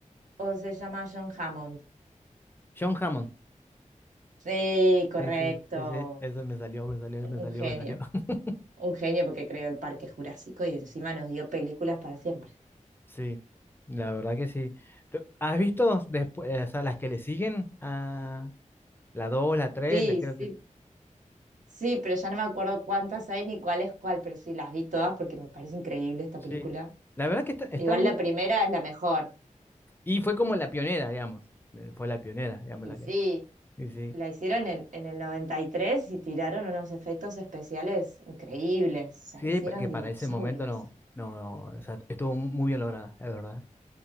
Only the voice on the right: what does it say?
¿O se llama John Hammond?
Sí, correcto.
Un
genio.
Un genio porque creó el Parque Jurásico y encima nos dio películas para siempre.
Sí,
sí,
sí, pero ya no me acuerdo cuántas hay ni cuál es cuál, pero sí, las vi todas porque me parece increíble esta
película.
Igual
la primera es la mejor.
Y
sí,
la hicieron en, en el noventa y tres y tiraron unos efectos especiales increíbles. O
sea, hicieron
dinosaurios.